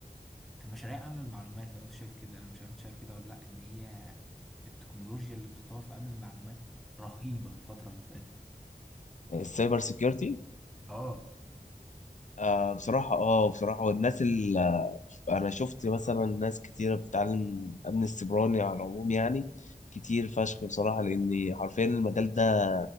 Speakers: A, in the centre; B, on the left.
A: في مشاريع امن المعلومات لو انت شايف كده انا مش عارف انت شايف كده ولا لا ان هي التكنولوجيا اللي بتتطور في امن المعلومات رهيبه الفتره اللي فاتت
B: السايبر سيكيورتي
A: اه
B: آه بصراحة اه بصراحة والناس اللي انا شفت مثلا ناس كتيرة بتتعلم امن السيبراني على العموم يعني كتير فشخ بصراحة لان حرفيا المجال ده